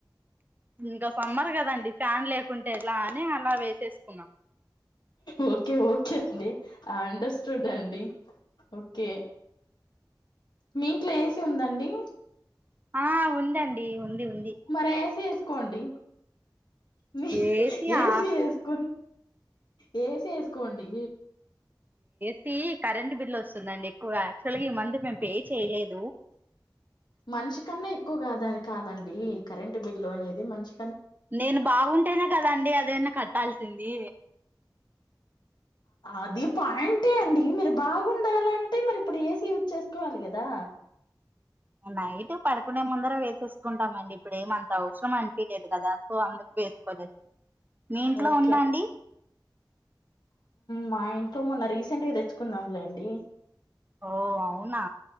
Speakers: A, on the right; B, on the left.
A: ఇంకా సమ్మర్ కదండి ఫ్యాన్ లేకుంటే ఎలా అని అలా వేసేసుకున్నాం
B: ఓకే ఓకే అండి అండ్ స్టూడ్ అండి ఓకే మీ ఇంట్లో ఏసీ ఉందండి
A: ఆ ఉందండి ఉంది ఉ
B: మరి వేసి వేసుకోండి మీ
A: ఏసీ
B: ఏసి
A: ఆ
B: వేసుకుని అ ఏసీ వేసుకోండి
A: సి కరెంట్ బిల్ వస్తుందండి ఆక్చుల్గా ఇ మంత్ మే చేయలేదు
B: మనిషి కన్నా ఎక్కువ ఎక్కువగా దాని కాదండి కరెంట్ బిల్లు అనేది మనిష
A: నేను బాగుంటేనే కదాండి అదైనా కర్ టల్సింది
B: అది పాయింట్ ఏ అండి మీరు బాగుండాలంటే మరి ఇప్పుడు ఏసి యూస్ చేసుకోవాలి కదా
A: నైట్ పడుకునే ముందర వేసేసుకుంటాం అండి ఇప్పుడు ఏమంత అంత అవసరం అనిపలేదు కదా సో అందుకు వేసుకోలే. మీ ఇంట్లో
B: ఓకే
A: ఉందాండి
B: మా ఇంట్లో మొన్న రీసెంట్గా తెచ్చుకుందాంలేండి
A: ఓ అవునా